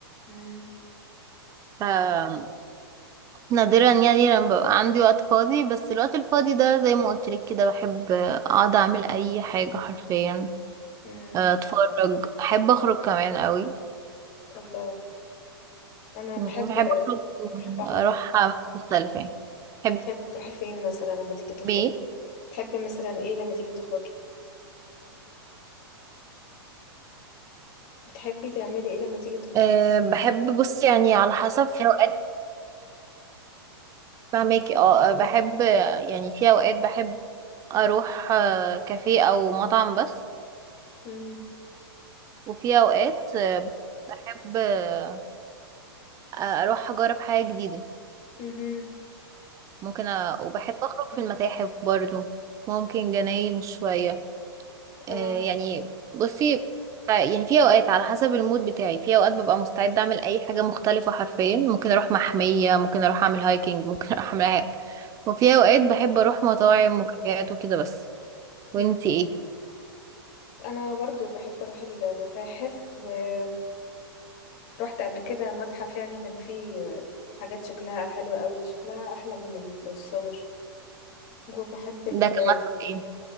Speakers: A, on the left (about 45°); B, on the right (about 25°).
A: مم.
B: ف نادرا يعني لما ببقى عندي وقت فاضي بس الوقت الفاضي ده زي ما قلت لك كده بحب اقعد اعمل اي حاجه حرفيا
A: امم
B: آه، اتفرج احب اخرج كمان قوي
A: الله انا
B: بحب
A: بحب
B: اخرج
A: بحب اخرج
B: اروح
A: بقى
B: أماكن مختلفه يعني. تحبي
A: تحبي تروحي فين مثلا لما تيجي تخرجي
B: ايه
A: تحبي مثلا ايه لما تيجي تخرجي بتحبي تعملي ايه لما تيجي تخرجي
B: أه بحب بص يعني على حسب في اوقات فهماكي اه آه، بحب آه، يعني في اوقات بحب اروح آه، كافيه او مطعم بس
A: امم
B: وفي اوقات آه، بحب آه، اروح اجرب حاجة جديدة
A: امم
B: ممكن أ... وبحب اخرج في المتاحف برضو ممكن جناين شوية
A: اه
B: آه، يعني بصي ف- يعني في اوقات على حسب المود بتاعي في اوقات ببقى مستعده اعمل اي حاجه مختلفه حرفيا ممكن اروح محميه ممكن اروح اعمل هايكنج ممكن <laughs> اروح اعمل أي حاجه وفي
A: مم.
B: اوقات بحب اروح مطاعم وكافيهات وكده بس وانتي
A: مم.
B: ايه
A: انا برضو بحب اروح المتاحف ورحت قبل كده متحف يعني كان فيه حاجات شكلها حلو قوي شكلها احلى من الصور وبحب ال-
B: ده كمان ايه